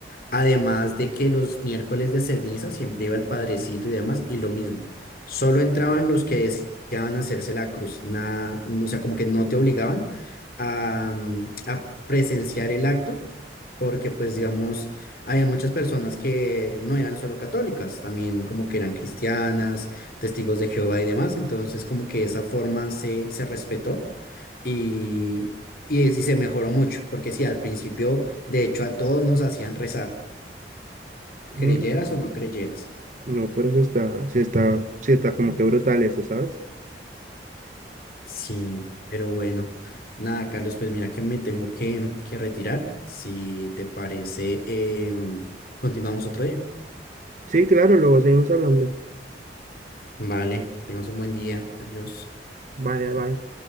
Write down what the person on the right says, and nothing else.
Mm,
no, pero eso está, sí está, sí está como que brutal eso, ¿sabes?
Sí, claro, luego seguimos hablando.
Vale, bye.